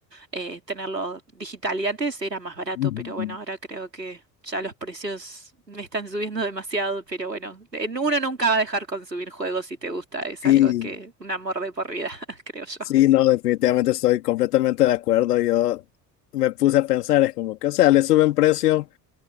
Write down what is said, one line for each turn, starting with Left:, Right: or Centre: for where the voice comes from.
Right: eh, tenerlo digital. Y antes era más barato,
Left: ujú.
Right: pero bueno, ahora creo que ya los precios me están subiendo demasiado, pero bueno, en- uno nunca va a dejar consumir juegos si te gusta, es
Left: Y
Right: algo que un amor de por vida, <laughs> creo yo.
Left: Sí, no, definitivamente estoy completamente de acuerdo. Yo me puse a pensar, es como que, o sea, le suben precio,